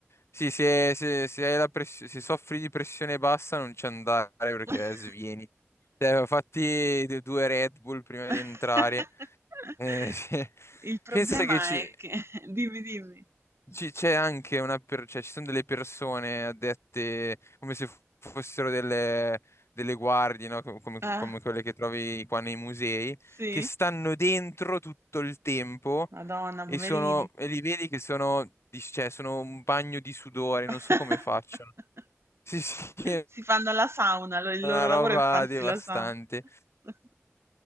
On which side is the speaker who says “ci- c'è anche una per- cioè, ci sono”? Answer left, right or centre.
Left